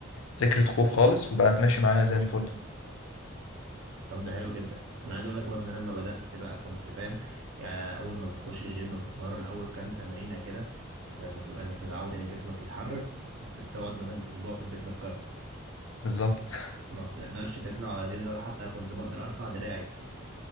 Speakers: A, on the left; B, on the right.
A: فكرة خوف خالص وبقت ماشي معايا زي الفل
B: طب ده حلو جدا انا عايز اقول لك برضه ان انا لما بدأت بقى كنت فاهم آه، اول ما بتخش الجيم بتتمرن اول كام تمرينة كده لما تبقى مش متعود ان جسمك يتحرك انت بتقعد مثلا اسبوع في البيت متكسر
A: بالظبط <laughs>
B: ما بتقدرش تطلع ولا تنزل ولا حتى كنت بقدر ارفع دراعي